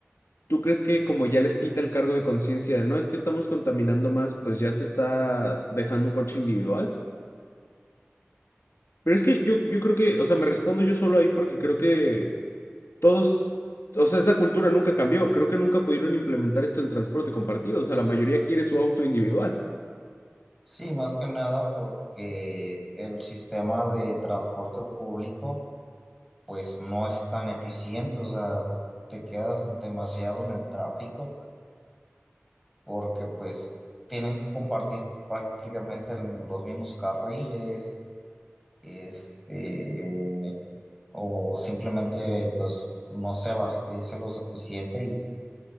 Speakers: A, on the left; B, in the centre.
A: ¿tú crees que como ya les quita el cargo de conciencia de no, es que estamos contaminando más, pues ya se está dejando un coche individual? Pero es que yo, yo creo que, o sea, me respondo yo solo ahí porque creo que todos, o sea, esa cultura nunca cambió. Creo que nunca pudieron implementar esto del transporte compartido. O sea, la mayoría quiere su auto individual.
B: Sí, más que nada porque el sistema de transporte público pues no es tan eficiente, o sea, te quedas demasiado en el tráfico porque pues tienen que compartir prácticamente el- los mismos carriles, este o simplemente pues no se abastece lo suficiente y